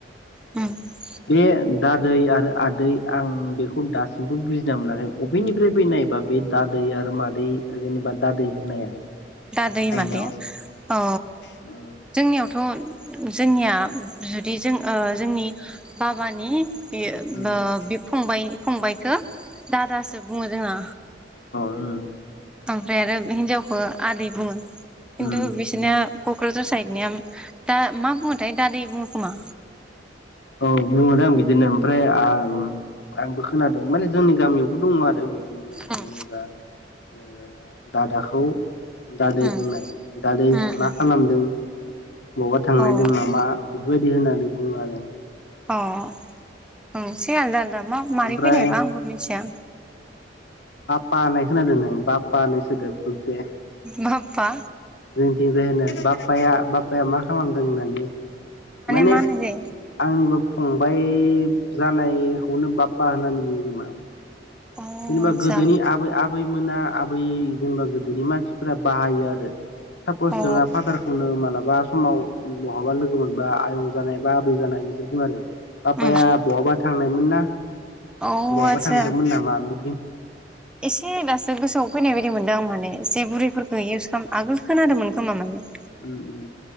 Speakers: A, in the centre; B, on the left (about 70°).
A: उम ।
B: बे दादै आरो आदै आं बेखौ दासिमबो बुजिना मोनाखै बबेनिफ्राय फैनाय । जेनेबा बे दादै आरो मादै जेनेबा दादै होननाया
A: दादै
B: जोंनाव
A: मादै अ
B: उम
A: जोंनियावथ' जोंनिया जुदि जों ओ जोंनि बाबानि बेयो
B: उम
A: ओ बि फंबाय-फंबाइखौ दादासो बुङो जोहा
B: ओ ।
A: ओमफ्राय आरो हिनजावखौ आदै बुङो खिन्थु
B: उम
A: बिसोरनो क'क्राझार साइडनिया दा मा बुङोथाय दादै बुङो खोमा?
B: औ बुङोदां बिदिनो ओमफ्राय आम आंबो खोनादों माने जोंनि गामियावबो दङ आरो बिदिनो
A: उम
B: जेनेबा ओ दादाखौ दादै
A: उम
B: बुंनाय दादै
A: उम
B: मा खालामदों मबा थांनो
A: उम
B: नायदों नामा? बेफोरबायदि होननानै बुङो आरो।
A: अ । औ से आलदा आलदा मा मारै
B: ओमफ्राय
A: फैनायबा आंबो मिनथिया
B: बा खोनादों नों? बा बा सोदोब खनसे
A: मा फा
B: जोंनिथिं जाय होनो बाफया बाफया मा खालामदों होननानै माने
A: मा होनो जे
B: आंनिबो फं बाय जानायखौनो बाप्पा होननानै बुङो खोमा
A: अ
B: जेनेबा
A: आतसा
B: गोदोनि आबै आबै मोना आबै जेनेबा गोदोनि मानसिफोरा बाहायो आरो सापस
A: अ
B: जोंना फादारखौनो मालाबा समाव बहाबा लोगो मोनबा आयं जानाय बा आबै जानाय बिसोर बुङो आरो बापाया
A: उम
B: बहाबा थांनायमोन ना
A: अ
B: बहाबा
A: आतसा
B: थांदोंमोन नामा बि
A: एसे दासो गोसोआव फैनाय बायदि मोनदों आं माने एसे बुरैफोरखौ इउस खालाम आगोल खोनादोंमोन खोमा माने
B: उम उम